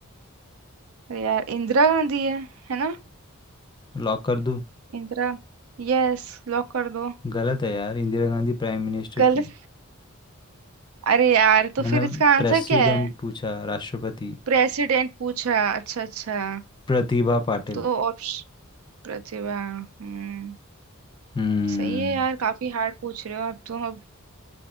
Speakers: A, on the right; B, on the left.
A: अरे यार इंदिरा गांधी है है ना
B: लॉक कर दूं
A: इंदिरा यस लॉक कर दो
B: गलत है यार इंदिरा गांधी प्राइम मिनिस्टर
A: गलत
B: थी
A: अरे यार तो
B: मैंने
A: फिर इसका आंसर
B: प्रेसिडेंट
A: क्या है
B: पूछा राष्ट्रपति
A: प्रेसिडेंट पूछा अच्छा अच्छा
B: प्रतिभा पाटिल
A: तो ऑप्शन प्रतिभा हम्म
B: हम्म
A: सही है यार काफी हार्ड पूछ रहे हो आप तो अब